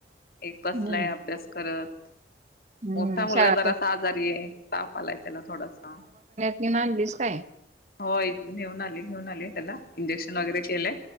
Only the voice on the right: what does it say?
हम्म.
हम्म.
शाळा
तर
नीम आनलीस काय?